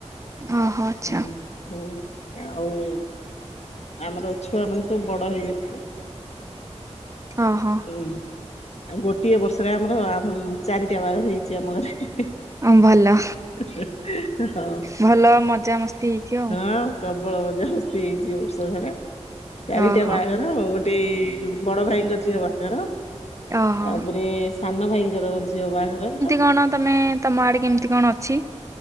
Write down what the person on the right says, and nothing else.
ଓହୋ ଆଚ୍ଛା
ଅହଁ
ଅଁ ଭଲ
ଭଲ ମଜାମସ୍ତି ହେଇଛି
ଓହୋ
ଓହୋ
କଣ ତମେ ତମ ଆଡେ କେମିତି କଣ ଅଛି?